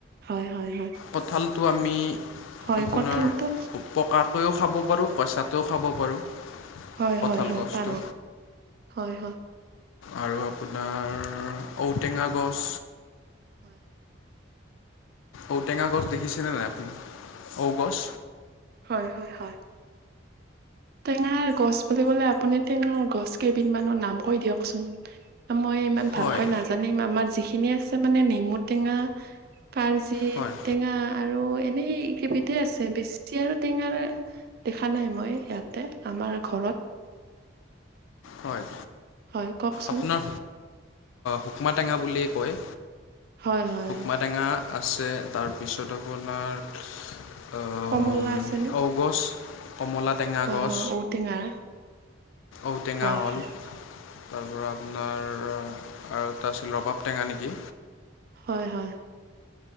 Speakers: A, on the right; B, on the left.
A: হয় হয়। হয়,
B: কঁঠালটো আমি
A: হয়,
B: আপোনাৰ
A: কঁঠালটো
B: পকাকৈও খাব পাৰোঁ কঁচাত তো খাব পাৰোঁ।
A: হয়
B: কঁঠাল
A: হয় হয়
B: গছটো
A: পাৰ হয়।
B: আৰু আপোনাৰ ঔটেঙা গছ
A: হয়
B: ঔটেঙা গছ দেখিছেনে নাই আপুনি ঔ গছ?
A: হয় হয় হয়। টেঙাৰ গছ বুলি ক'লে আপুনি টেঙাৰ গছ কেইবিধমানৰ নাম কৈ দিয়কচোন। মই ইমান
B: হয়
A: ভালকৈ নাজানিম আমাৰ যিখিনি আছে মানে নেমু টেঙা পাৰজি
B: হয়
A: টেঙা আৰু। এনেই কেইবিধে আছে বেছি আৰু টেঙাৰ দেখা নাই মই ইয়াত। আমাৰ ঘৰত।
B: হয়
A: হয় কওকচোন
B: আপোনাৰ হুকুমা টেঙা বুলি কয়।
A: হয় হয়
B: শুকমা
A: হয়।
B: টেঙা আছে তাৰপিছত আপোনাৰ আম,
A: কমলা আছে নে?
B: ঔগছ কমলা টেঙা
A: হয়
B: গছ
A: হয় ঔটেঙাৰ
B: ঔটেঙা
A: হয়
B: হ'ল
A: হয়
B: তাৰ পৰা আপোনাৰ আৰু এটা আছিল ৰবাব টেঙা নেকি?
A: হয় হয়।